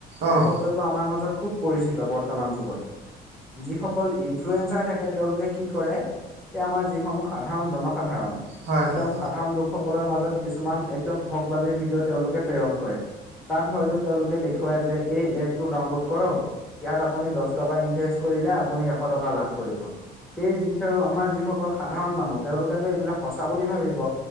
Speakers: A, on the right; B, in the centre.
A: অ',
B: এই শব্দটো আমাৰ মাজত খুব পৰিচিত বৰ্তমান যুগত যিসকল ইনফ্লয়েঞজাৰ। তেওঁলোকে কি কৰে, এ' আমাৰ যিসমূহ সাধাৰণ- জনসাধাৰণ।
A: হয়,
B: একদম
A: হয়।
B: সাধাৰণ লোকসকলৰ মাজত কিছুমান একদম ঠগ বাজিৰ ভিডিঅ' তেওঁলোকে প্ৰেৰণ কৰে। তাত হয়টো তেঁওলোকে এইটো দেখুৱাই যে এই এপ টো আপোনালোকে ডাউনলোড কৰক তাত আপুনি দছ টকা! কৰিলে আপুনি এশ টকা লাভ! সেই যি আমাৰ যিসকল সাধাৰণ মানুহ তেওঁলোকেতো এইবিলাক সঁচা বুলি ভাবিব।